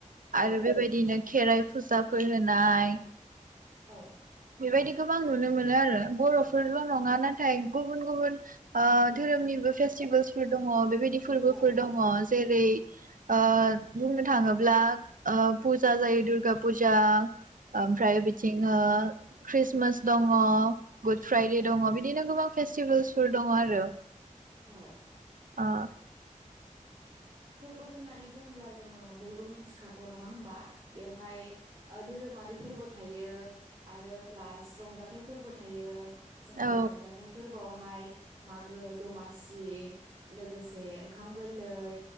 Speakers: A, on the right; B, on the right.
A: आरो
B: औ
A: बेबायदिनो खेराइ फुजाफोर होनाय
B: औ।
A: बेबायदि गोबां नुनो मोनो आरो बर'फोरल नङा नाथ थाय गुबुन गुबुन ओ धोरोमनिबो फेस सिमबोलस फोर दङ बेबाय दि फोरबोफोर
B: औ औ
A: दङ जेरै ओ बुंनो थाङोब्ला ओ फुजा जायो दुर्गा फुजा ओमफ्राय बिथिं ओ ख्रिस्टमास दङ गुड फ्राइदे दङबि बिदिनो गोबां फेस्टिभेल्सफोर दङ आरो।
B: औ
A: आ
B: फोरबो होननानै बुङोब्ला जोङो बयबो मिन्थिखागौ नङा होमबा? बेवहाय ओद धोरोमारि फोरबो थायो आरो प्लास रंजाथाइफोरबो थायो। जोंहा
A: औ
B: रंजाथाइ फोरबोआव फाय मागो दमासि लोगोसे ओंखाम गोरलै।